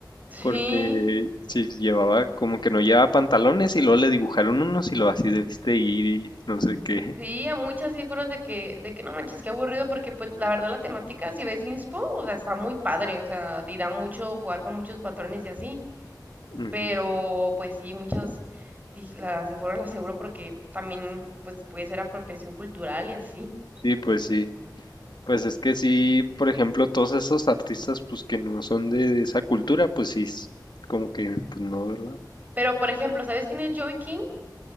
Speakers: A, on the right; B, on the left.
A: <laughs>
B: porque
A: Sí.
B: sí llevaba como que no llevaba pantalones y luego le dibujaron unos y lo así debiste ir y no sé qué.
A: Sí, a muchas sí fueron de que, de que no manches, qué aburrido, porque pues la verdad la temática, si ves Inspo, o sea, está muy padre, o sea, y da mucho jugar con muchos patrones y así,
B: <laughs> Ujú.
A: pero pues sí, muchas di- la- se fueron a seguro porque también pues puede ser apropiación cultural y así.
B: Sí, pues sí. Pues es que sí, por ejemplo, todos esos artistas pues que no son de esa cultura, pues sí, es como que pues no, ¿verdad?
A: Pero por ejemplo, ¿sabes quién es Joey King?